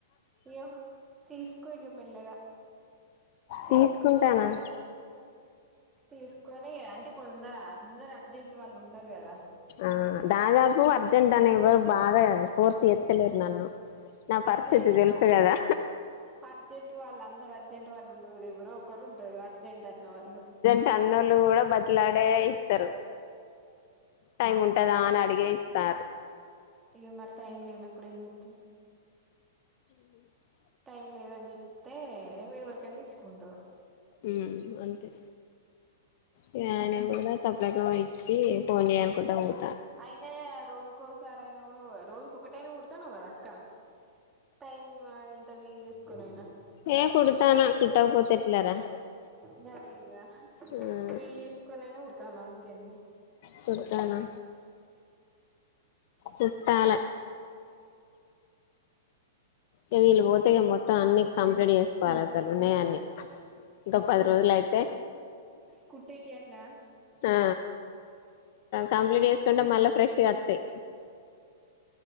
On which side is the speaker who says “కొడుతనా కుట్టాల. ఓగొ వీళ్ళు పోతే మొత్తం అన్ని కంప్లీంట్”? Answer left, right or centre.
Left